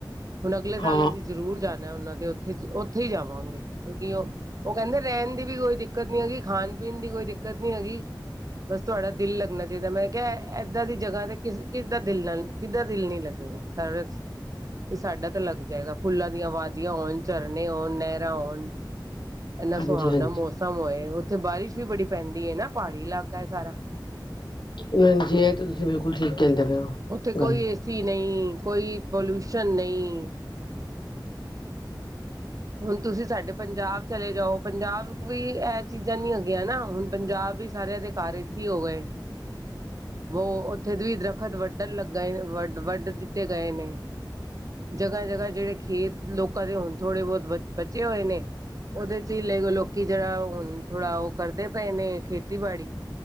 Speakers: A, on the right; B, on the left.
A: ਹੁਣ ਅਗਲੇ ਸਾਲ
B: ਹਾਂ
A: ਅਸੀਂ ਜ਼ਰੂਰ ਜਾਣਾ ਉਹਨਾਂ ਤੇ ਉੱਥੇ -ਉੱਥੇ ਹੀ ਜਾਵਾਂਗੇ ਕਿਉਂਕਿ ਉਹ ਉਹ ਕਹਿੰਦੇ ਰਹਿਣ ਦੀ ਵੀ ਕੋਈ ਦਿੱਕਤ ਨੀ ਹੈਗੀ ਖਾਣ ਪੀਣ ਦੀ ਕੋਈ ਦਿੱਕਤ ਨੀ ਹੈਗੀ। ਬਸ ਤੁਹਾਡਾ ਦਿਲ ਲੱਗਣਾ ਚਾਹੀਦਾ ਮੈਂ ਕਿਹਾ ਏਦਾਂ ਦੀ ਜਗ੍ਹਾ ਤੇ ਕਿਸ ਕਿਸ ਦਾ ਦਿਲ ਨਾਲ ਕਿੱਦਾ ਦਿਲ ਨੀ ਲੱਗਦਾ। <unintelligible> ਇਹ ਸਾਡਾ ਤਾਂ ਲੱਗ ਜਾਏਗਾ ਫੁੱਲਾਂ ਦੀਆਂ ਆਬਾਦੀਆਂ ਹੋਣ ਝਰਨੇ ਹੋਣ ਨਹਿਰਾਂ ਹੋਣ ਇੰਨਾ
B: ਹਾਂਜੀ
A: ਸੁਹਾਵਨਾ
B: ਹਾਂਜੀ
A: ਮੌਸਮ ਹੋਏ ਉੱਥੇ ਬਾਰਿਸ਼ ਵੀ ਬੜੀ ਪੈਂਦੀ ਹੈ ਨਾ ਪਹਾੜੀ ਇਲਾਕਾ ਹੈ ਸਾਰਾ
B: ਹਾਂਜੀ ਇਹ ਤੇ ਤੁਸੀਂ ਬਿਲਕੁਲ ਠੀਕ ਕਹਿੰਦੇ ਪਏ ਹੋ।
A: ਉੱਥੇ ਕੋਈ
B: ਗੱਲ
A: ਏਸੀ ਨਹੀਂ ਕੋਈ ਪੋਲਊਸ਼ਨ ਨਹੀਂ। ਹੁਣ ਤੁਸੀਂ ਸਾਡੇ ਪੰਜਾਬ ਚਲੇ ਜਾਓ ਪੰਜਾਬ ਵੀ ਇਹ ਚੀਜ਼ਾਂ ਨੀ ਹੈਗੀਆਂ ਨਾ ਹੁਣ ਪੰਜਾਬ ਸਾਰਿਆਂ ਦੇ ਘਾਰ ਏਸੀ ਹੋ ਗਏ। ਵੋ ਉੱਥੇ ਦ ਵੀ ਦਰਖਤ ਵੱਢਣ ਲੱਗਾ ਵੱਢ- ਵੱਢ ਦਿੱਤੇ ਗਏ ਨੇ। ਜਗ੍ਹਾ- ਜਗ੍ਹਾ ਜਿਹੜੇ ਖੇਤ ਲੋਕਾਂ ਦੇ ਹੁਣ ਥੋੜੇ ਬਹੁਤ ਬ ਬਚੇ ਹੋਏ ਨੇ। ਉਹਦੇ 'ਚ ਹੀ ਲ ਲੋਕੀ ਜਿਹੜਾ ਹੁਣ ਥੋੜਾ ਉਹ ਕਰਦੇ ਪਏ ਨੇ ਖੇਤੀਬਾੜੀ